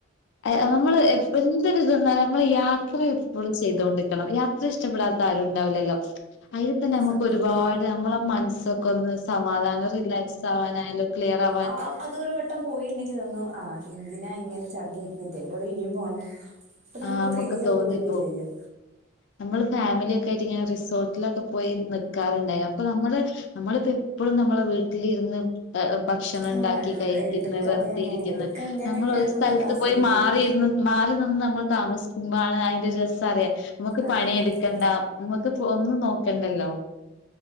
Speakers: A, on the left; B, on the right.
A: അയ നമ്മള് എ എന്തൊരു ത് വന്നാല നമ്മള് യാത്ര എപ്പളും ചെയ്തൊണ്ടിക്കണം യാത്ര ഇഷ്ടപ്പെടാത്ത ആരുണ്ടാവുലല്ലോ അയില് തന്നെ നമ്മുക്ക്
B: സത്യം
A: ഒരുപാട്
B: ഉം
A: നമ്മളെ മനസ്സൊക്കെ ഒന്ന് സമാധാനം റിലാക്സ് ആവാനായാലും ക്ലിയർ ആ
B: അവ അതൊരു വട്ടം പോയിണ്ടെങ്കി തോന്നും ആഹ് എന്തിനാ ഇങ്ങനെ ചടങ്ങിരി ന്നിട്ടെ <unintelligible> ഇനിയും പോണം അപ്പൊ
A: ആഹ് നമുക്ക്
B: ത്രില്ല്
A: തോന്നിപ്പോവും
B: കൂടി വരാ ചെയ്യാ.
A: നമ്മള് ഫാ മിലിക്കെയിട്ട് ഇങ്ങനെ റിസോർട്ടിലൊക്കെ പോയി നി ക്കാറ്ണ്ടായിരുന്നു. അപ്പ നമ്മള് നമ്മളിപ്പോ എപ്പഴും നമ്മളെ വീട്ടിലിരുന്ന് ആ ഭക്ഷണം ഇണ്ടാ
B: ആ
A: ക്കി കഴിക്കുന്ന്
B: എടുക്ക
A: വെറുതെരിക്കുന്ന്
B: അത് തന്നെ എടുക്ക അങ്ങനെയൊക്കെ
A: നമ്മൾ ഒരു സ്ഥലത്ത്
B: ആസ്വദിക്കണം
A: പോയി മാറി ഇരുന്ന് മാറി നിന്ന് നമ്മള് താമസിക്കുമ്പോ ആണ് അയിൻ്റെ രസറിയ നമുക്ക്
B: അറിയാം
A: പണിയെടുക്കണ്ട
B: അത്
A: നമ്മക്ക് ഫോ ഒന്നും നോക്കണ്ടല്ലോ